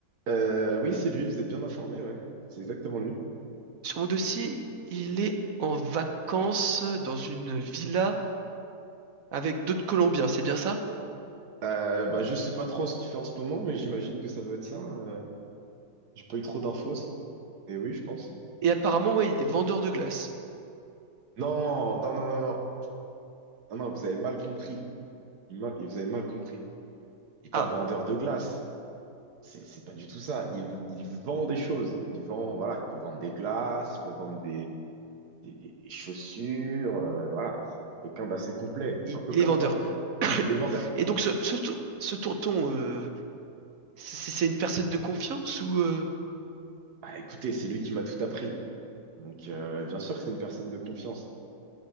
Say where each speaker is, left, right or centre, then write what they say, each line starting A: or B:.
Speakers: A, on the right; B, on the right.
A: euh, oui, c'est lui, vous êtes bien informé, ouais. C'est exactement lui.
B: Sur mon dossier, il est en vacances dans une villa avec d'autres Colombiens, c'est bien ça?
A: Euh, bah, je sais pas trop ce qu'il fait en ce moment, mais j'imagine que ça doit être ça. euh, j'ai pas eu trop d'infos. Et oui, je pense.
B: Et apparemment, ouais, il est vendeur de glace.
A: Non, non, non, non, non. Non, non, vous avez mal compris. Il m'a- Vous avez mal compris. Il n'est pas
B: Ah,
A: vendeur de glace. C'est c'est pas du tout ça. Il, il vend des choses. Il vend, voilà, il peut vendre des glaces, il peut vendre des des, des- des chaussures, euh, voilà, c'est quelqu'un d'assez complet,
B: il,
A: un peu
B: il
A: comme
B: est vendeur.
A: moi finalement.
B: <coughs>
A: Il est vendeur.
B: Et donc ce, ce, ton- ce tonton, euh, c'est c'est une personne de confiance ou... euh,
A: Ah, écoutez, c'est lui qui m'a tout appris. Donc, euh, bien sûr que c'est une personne de confiance.